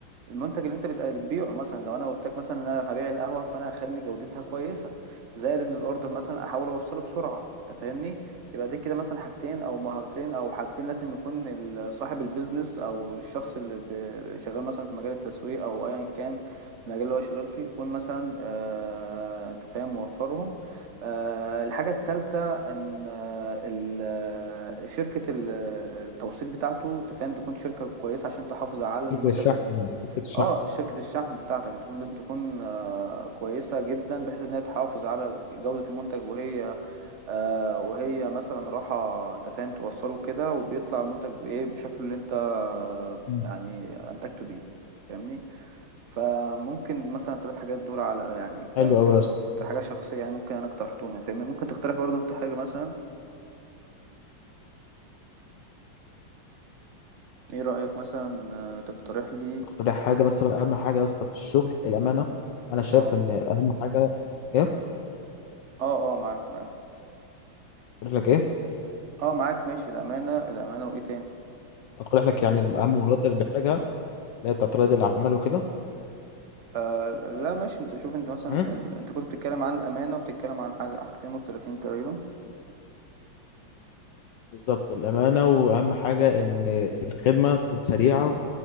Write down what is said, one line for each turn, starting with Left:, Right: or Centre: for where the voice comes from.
Right: المنتج اللي انت بت- بتبيعه مثلا لو انا قلت لك مثلا ان انا هبيع القهوه فانا اخلي جودتها كويسه زائد ان الاوردر مثلا احاول اوصله بسرعه انت فاهمني يبقى دي كده مثلا حاجتين او مهارتين او حاجتين لازم يكون ال- صاحب البيزنس او الشخص اللي ب- شغال مثلا في مجال التسويق او ايا كان المجال اللي هو شغال فيه يكون مثلا آه انت فاهم موفرهم آه الحاجه الثالثه ان آه، ال- آه، شركه ال- التوصيل بتاعته انت فاهم تكون شركه كويسه عشان تحافظ على المنتج
Left: شركه الشحن
Right: ده
Left: يعني شركه الشحن
Right: اه شركة الشحن بتاعتك انت فاهم لازم تكون آه كويسة جدا بحيث انها تحافظ على جودة المنتج وهي آه وهي مثلا راحة انت فاهم توصله كده وبيطلع المنتج بايه بشكله اللي انت آه
Left: مم.
Right: يعني انتجته بيه فاهمني فممكن مثلا ثلاث حاجات دول على يعني ك
Left: حلو
Right: ك
Left: قوي يا اسطى
Right: كحاجة شخصية يعني ممكن انا اقترحتهم يعني فاهمني ممكن تقترح برضو انت حاجة مثلا ايه رأيك مثلا آه، تقترح لي
Left: اقترح حاجه مثلا اهم حاجه يا اسطى في الشغل الامانه انا شايف
Right: اه
Left: ان اهم حاجه ايه
Right: اه اه معاك معاك
Left: اقترح لك ايه
Right: اه معاك ماشي الأمانة الأمانة وايه تاني
Left: اقترح لك يعني اهم المهارات اللي بحتاجها اللي هي بتاعت رائد الاعمال وكده
Right: آه لا ماشي انت شوف انت مثلا
Left: مم.
Right: ال... انت كنت بتتكلم عن الامانه وبتتكلم عن حاجه حاجتين مختلفين تقريبا
Left: بالظبط الامانه واهم حاجه ان الخدمه تكون سريعه